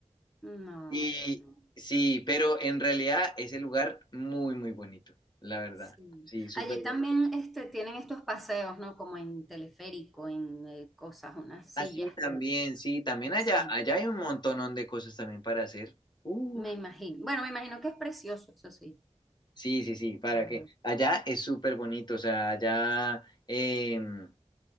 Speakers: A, in the centre; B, on the left.
A: No,
B: Y
A: no, no.
B: sí, pero en realidad ese lugar muy, muy bonito, la verdad.
A: Sí.
B: Sí, súper.
A: Allí
B: bonito.
A: también este, tienen estos paseos, ¿no? Como en teleférico, en eh, cosas, unas
B: Así
A: sillas
B: también,
A: que...
B: sí, también
A: Sí,
B: allá, allá hay un montonón de cosas también para hacer. Uf,
A: me imagino. Bueno, me imagino que es precioso, eso sí.
B: sí, sí, sí, para
A: Pero,
B: que allá es súper bonito, o sea, allá... em,